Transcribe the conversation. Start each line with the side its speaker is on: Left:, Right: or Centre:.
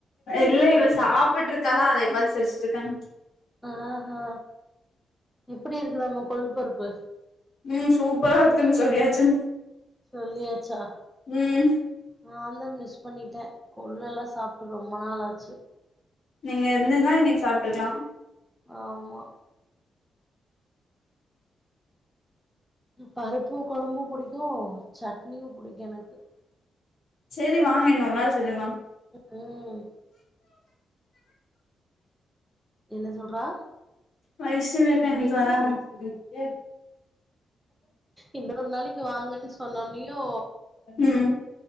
Left: இல்ல இவ சாப்பிட்டு இருக்காலா அதை பார்த்து சிரிச்சுட்டு இருக்காங்க
Centre: ஆஹா எப்டி இருக்குதாம் கொள்ளுபருப்பு
Left: ம் சூப்பரா இருக்கு சொல்லியாச்சு
Centre: சொல்லியாச்சா
Left: ம்
Centre: நான் தான் மிஸ் பண்ணிட்டேன் கொள்ளு எல்லாம் சாப்பிட்டு ரொம்ப நாளாச்சு
Left: நீங்க இருந்துருந்தா இன்னைக்கு சாப்ட்டு இருக்கலாம்
Centre: ஆமா பருப்பு குழம்பும் புடிக்கும் சட்னியும் புடிக்கும் எனக்கு
Left: சேரி வாங்க இன்னொரு நாள் செஞ்சிக்கலாம்
Centre: உஹும் என்ன சொல்றா
Left: வைஷ்ணவி அக்கா இன்னைக்கு வராதான்ட்டுசொல்லியிருக்கே
Centre: இன்னொரு நாளைக்கு வாங்கன்னு சொன்னோனயூ
Left: ம்